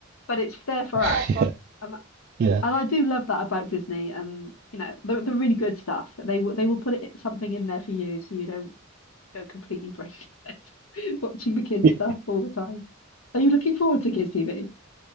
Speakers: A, on the left; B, on the right.
A: but it's there for
B: <laughs>
A: us.
B: Yeah.
A: And
B: Yeah.
A: and I do love that about Disney and you know the the really good stuff. They will they will put it, something in there for you so you don't go completely brain dead <laughs> watching the kids
B: Y-
A: stuff all the time. Are you looking forward to kids TV?